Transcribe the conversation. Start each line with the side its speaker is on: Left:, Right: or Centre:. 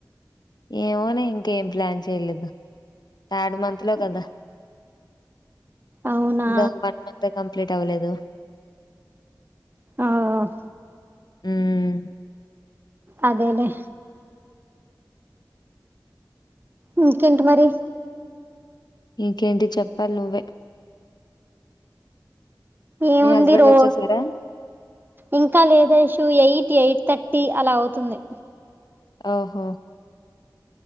Left: ఏమోనే ఇంకేం ప్లాన్ చేయలేదు థార్డ్ మంత్ లో కదా
Right: అవునా
Left: ఇంక వన్ మంతే కంప్లీట్ అవ్వలేదు.
Right: అవ్
Left: ఉమ్
Right: అదేలేే ఇంకేంటి మరి
Left: ఇంకేంటి చెప్పాలి నువ్వే
Right: ఏం
Left: మీ
Right: ఉంది
Left: హస్బెండ్
Right: రో
Left: వచ్చేసారా?
Right: ఇంక లేదు ఐషూ ఎయిట్ ఎయిట్ థట్టీ అలా అవుతుంది
Left: ఓహో